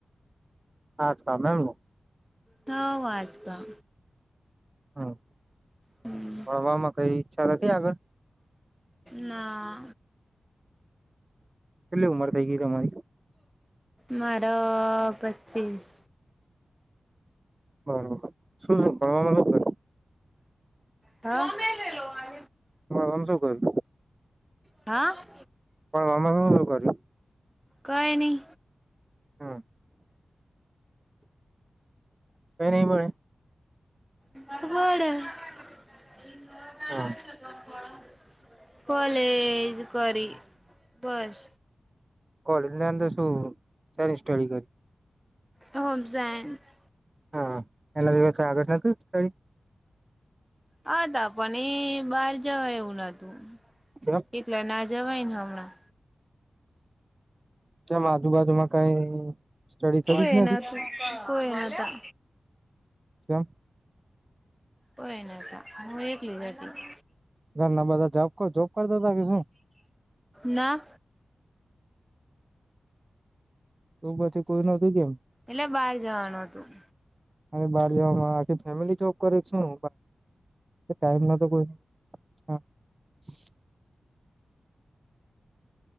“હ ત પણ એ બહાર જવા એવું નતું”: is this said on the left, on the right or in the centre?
Centre